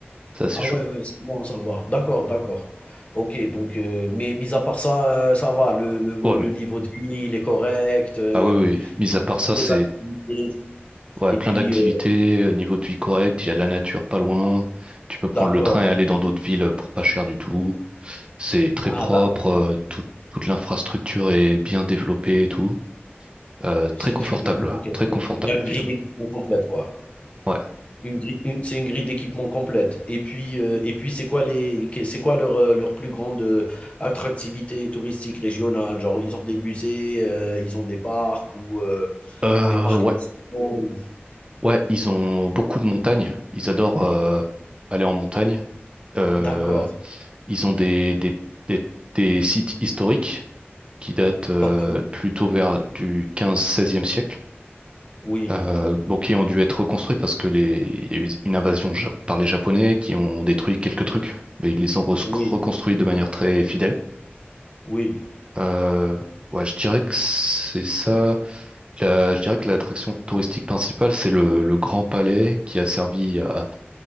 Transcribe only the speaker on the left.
Ah
ouais, ouais, c'est bon à savoir. D'accord, d'accord. OK, donc heu, mais mis à part ça, heu, ça va, le le
le
niveau de vie, il est correct, heu,
ils
ont des
activités
et
puis,
heu
d'accord.
Ah
d'accord, bon,
c'est
très bien. OK,
donc
il y a une
grille
d'équipement complète, quoi.
Une grille une c'est une grille d'équipement complète et puis, heu et puis c'est quoi les que c'est quoi leur, heu, leur plus grande, heu, attractivité touristique régionale? Genre, ils ont des musées, heu, ils ont des parcs ou, heu,
des parcs
nationaux ou
comment?
D'accord,
OK.
Oui,
oui,
oui,